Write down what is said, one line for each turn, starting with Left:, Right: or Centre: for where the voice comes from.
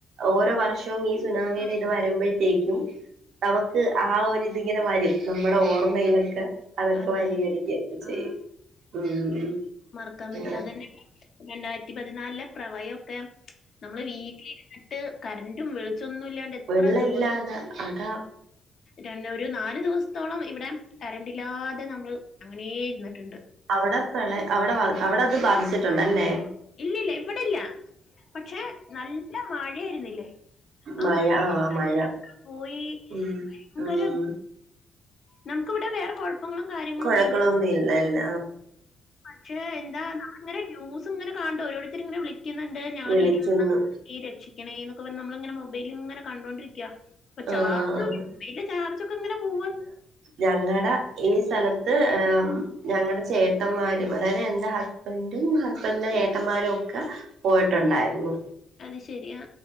Right: ഓരോ വർഷത്തേക്ക്. ഈ സുനാമിയുടെ
Left: ആ
Right: ഇത് വരുമ്പോഴത്തേക്കും അവക്ക് ആ ഒരു ഇതിങ്ങനെ വരും. നമ്മടെ ഓർമ്മയിലൊക്കെ അതൊക്കെ
Left: അതെ
Right: വരികടികൊക്കെ
Left: അതെ അതെ
Right: ചെയ്യും
Left: ആ
Right: ഉം
Left: മറക്കാൻ പറ്റില്ല
Right: അങ്ങനെ
Left: അത് തന്നെ രണ്ടായിരത്തി പതിനാലിലെ പ്രളയക്കെ. നമ്മള് വീട്ടിൽ ഇര്ന്ന്ട്ട് കറന്റും വെളിച്ചൊന്നും ഇല്ലാണ്ട് എത്ര
Right: വെള്ള
Left: ദിവസം
Right: ഇല്ലാതെ അതാ
Left: രന്നെ ഒരു നാല് ദിവസത്തോളം ഇവിടെ കറണ്ടില്ലാതെ നമ്മള് അങ്ങനേ ഇരുന്നിട്ട്ണ്ട്.
Right: അവടെ പ്രളയ അവടെ അവടത് ബാധിച്ചിട്ടണ്ടല്ലേ
Left: ഇല്ലല്ല ഇവിടെല്ല പക്ഷെ നല്ല മഴയാ യിന്നില്ലേ ആമഴയത്ത്
Right: മഴ ആഹ്
Left: കരണ്ടൊക്കെ
Right: മഴ
Left: പോയി
Right: ഉം
Left: ഭയങ്കര.
Right: ഉം
Left: നമുക്ക് ഇവിടെ വേറേ കുഴപപങ്ങളും കാര്യങ്ങളും
Right: കൊഴക്കളൊന്നും
Left: ഒന്നുമില്ല.
Right: ഇല്ലല്ലോ
Left: പക്ഷെ, എന്താ, നമ്മളിങ്ങനെ ന്യൂസും, ഇങ്ങനെ, കാണ്ട് ഓരോരുത്തർ, ഇങ്ങനെ വിളിക്ക. ളിക്കുന്നുണ്ട് ഞങ്ങളെ
Right: വിളിക്കുന്നു
Left: വീട്ട് രക്ഷിക്കണ എന്നൊക്കെ പറ നമ്മളിങ്ങനെ മൊബൈലിങ്ങനെ കണ്ടൊണ്ടിരിക്ക ചാർജ്
Right: ആഹ്
Left: മൊബൈലെ ചാർജൊക്കെങ്ങനെ പോവാ
Right: ഞങ്ങളടെ ഈ സ്ഥലത്ത് ഞങ്ങടെ ചേട്ടന്മാരും അതായത് എൻറെ ഹസ് എന്റിം ഹസ്ബൻഡ്ന്റെ ഏട്ടന്മാരും ഒക്കെ പോയിട്ടുണ്ടായിരുന്നു
Left: അത് ശരിയാ